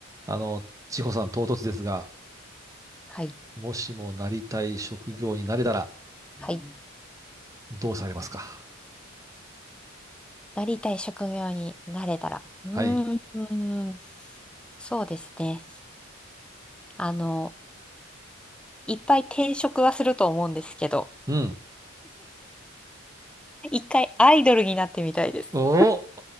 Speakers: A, on the right; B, in the centre.
A: あの、千穂さん、唐突ですが、
B: はい。
A: もしもなりたい職業になれたら、
B: はい。
A: どうされますか
B: なりたい職業になれたら。うーん。
A: はい。
B: うーんそうですね。あの、いっぱい転職はすると思うんですけど、
A: うん。
B: 一回アイドルになってみたいです。
A: おお